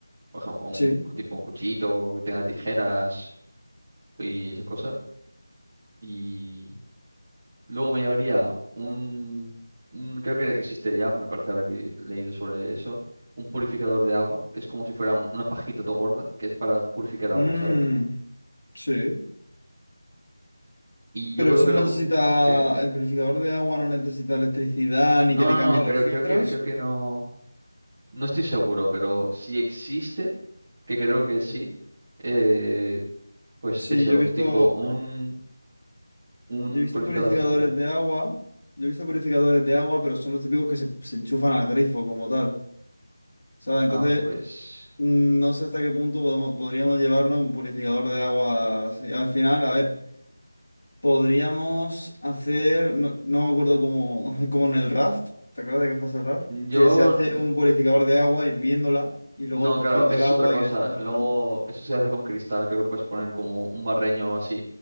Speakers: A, on the right; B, on the left.
A: Por ejemplo, un
B: sí.
A: tipo un cuchillito o que tenga tijeras y esa cosa. Y luego me llevaría un, un- creo que existe ya, me parece haber vi- leído sobre eso, un purificador de agua, que es como si fuera un- una pajita todo gorda, que es para purificar agua,
B: Mm,
A: ¿sabes?
B: sí.
A: Y
B: Pero
A: yo creo
B: eso
A: que
B: no
A: lo...
B: necesita,
A: ¿Qué?
B: el purificador de agua no necesita electricidad
A: No,
B: ni que le
A: no,
B: cambien
A: no, creo,
B: los filtros.
A: creo que, creo que no. No estoy seguro, pero si existe, que creo que sí, eh, pues
B: Sí,
A: eso,
B: yo he
A: un
B: visto,
A: tipo, un, un
B: yo he visto
A: purificador
B: purificadores
A: de estilo.
B: de agua, yo he visto purificadores de agua, pero son los típicos que se, se enchufan al grifo como tal, ¿sabes? Entonces,
A: Ah, pues.
B: mm, no sé hasta qué punto podemos, podríamos llevarlo un purificador de agua. así. Al final, a ver. Podríamos hacer,
A: o-
B: no, no me acuerdo cómo, <laughs> como en el raft, ¿te acuerdas de que fue el raft?
A: Yo.
B: Que se hace
A: l-
B: un purificador de agua hirviéndola y luego
A: No,
B: cogiendo
A: claro, eso
B: el agua
A: es otra cosa.
B: y dejándola.
A: Luego, eso se hace con cristal. Creo que puedes poner como un barreño o así,